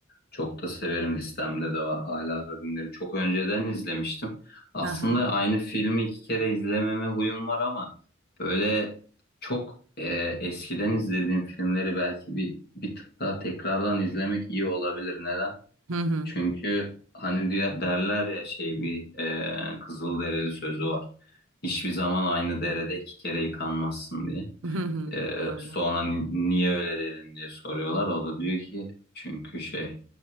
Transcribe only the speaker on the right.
Ha ha.
Hı hı.
Hı hı.
Doğru.